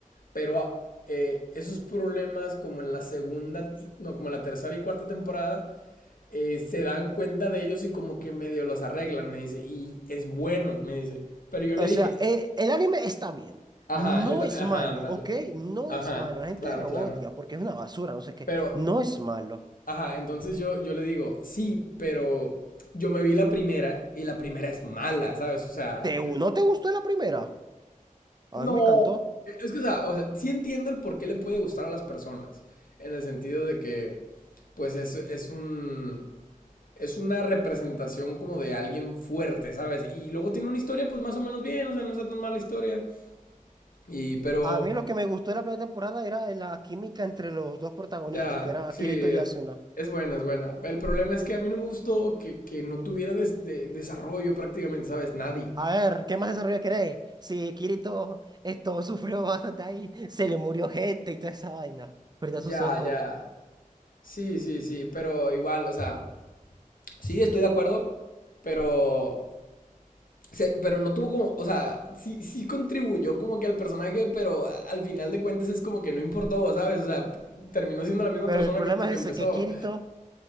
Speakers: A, on the left; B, on the right.
A: Pero ah, eh, esos problemas como en la segunda, no, como en la tercera y cuarta temporada, eh, se dan cuenta de ellos y como que medio los arreglan, me dice. Y es bueno, me dice. Pero yo le
B: O
A: dije,
B: sea, eh, el anime está bien.
A: ajá,
B: No
A: es lo- ajá,
B: es malo,
A: ándale.
B: ¿ok? No
A: Ajá,
B: es malo. La gente
A: claro,
B: lo
A: claro.
B: odia porque es una basura, no sé qué.
A: Pero,
B: No es malo.
A: ajá, entonces yo, yo le digo, sí, pero yo me vi la primera y la primera es mala, ¿sabes? O sea,
B: ¿Te, no te gustó la primera? A
A: No,
B: mí me encantó.
A: e- es que, o sea, o sea, sí entiendo el por qué le puede gustar a las personas, en el sentido de que, pues es, es un, es una representación como de alguien fuerte, ¿sabes? Y luego tiene una historia, pues más o menos bien, o sea, no está tan mala historia. Y, pero,
B: A mí lo que me gustó de la primera temporada era la química entre los dos protagonistas,
A: ya,
B: que era
A: sí,
B: Kirito
A: es,
B: y Asuna.
A: es buena, es buena. El problema es que a mí no me gustó que, que no tuviera des- de- desarrollo prácticamente, ¿sabes? Nadie.
B: A ver, ¿qué más desarrollo queréis? Si Kirito esto sufrió bastante ahí, se le murió gente y toda esa vaina, perdió
A: Ya,
B: sus ojos.
A: ya. Sí, sí, sí, pero igual, o sea, sí, estoy de acuerdo, pero... Se- pero no tuvo como, o sea, sí, sí contribuyó como que al personaje, pero al final de cuentas es como que no importó, ¿sabes? O sea, terminó siendo la misma
B: Pero
A: persona
B: el problema
A: que, que
B: es
A: empezó.
B: ese, que Kirito